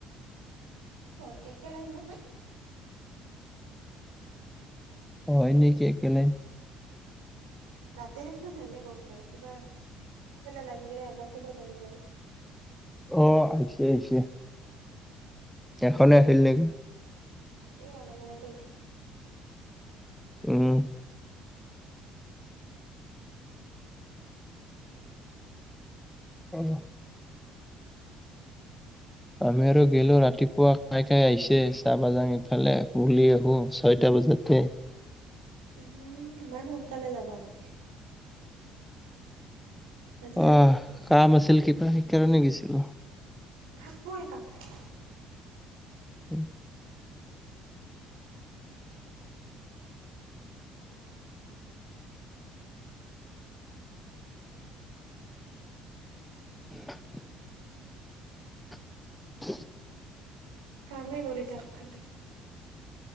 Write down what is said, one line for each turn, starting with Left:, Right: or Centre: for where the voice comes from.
Right: ত, একে লাইন নহয়?
Centre: হয় নেকি একে লাইন।
Right: ৰাতি দিচোন এনেই গম পাই কিবা তোমাৰ ফা লাইন গেলে আমাৰ ফালাও লাইন যায়।
Centre: অ, আহিছে - আহিছে। এখনে আছিল নেকি।
Right: এই অলপ আগতে আহিছে।
Centre: উম, অহ', আমি আৰু গলো ৰাতিপুৱা কাই - কাই আহিছে চাবা জাং ইফালে বুলি এখোজ ছয়টা বজাতে।
Right: উম, ইমান সোনকালে যাবা লাগে। আজি
Centre: অ,
Right: এনে
Centre: কাম আছিল কিবা সেইকাৰনে গৈছিলো।
Right: সপৰে কাম। <unintelligible>
Centre: উম, <inaudible> <inaudible>
Right: কামে কৰি থাক খালি।